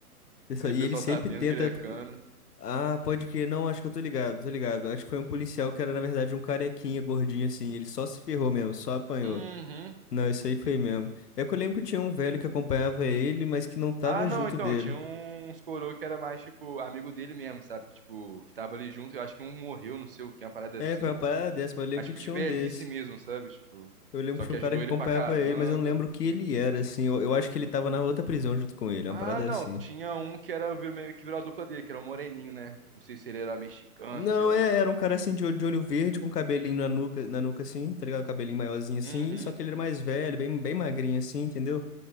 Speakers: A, on the left; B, on the right.
A: Pessoal,
B: E o
A: E
B: pessoal
A: ele sempre
B: sabendo
A: tenta.
B: que ele é cano.
A: Ah, pode que Não, acho que eu tô ligado, tô ligado. Acho que foi um policial que era, na verdade, um carequinha gordinho assim. Ele só se ferrou mesmo, só apanhou.
B: Uhum.
A: Não, isso aí foi mesmo. É que eu lembro que tinha um velho que acompanhava ele, mas que não tava
B: Ah, não,
A: junto
B: então,
A: dele.
B: tinha uns coroa que era mais, tipo, amigo dele mesmo, sabe? Tipo, que tava ali junto, eu acho que um morreu, não sei o que, uma parada
A: É,
B: assim.
A: foi uma parada dessa, mas eu lembro
B: Mas,
A: que
B: tipo,
A: tinha
B: de velhice
A: um desse.
B: mesmo, sabe? Tipo,
A: Eu lembro
B: só
A: que tinha
B: que
A: um
B: ajudou
A: cara que acompanhava
B: ele pra caramba.
A: ele, mas eu não lembro o que ele era, assim. Eu, eu acho que ele tava na outra prisão junto com ele, uma
B: Ah,
A: parada
B: não,
A: assim.
B: tinha um que era virou meio que virou a dupla dele, que era o Moreninho, né? Não sei se ele era mexicano,
A: Não,
B: sei lá
A: é-
B: como
A: era
B: que
A: um cara
B: era.
A: assim de, olho de olho verde, com cabelinho na nuca, na nuca assim, tá ligado? Um cabelinho maiorzinho assim,
B: Uhum,
A: só que ele era mais velho, bem, bem magrinho assim, entendeu?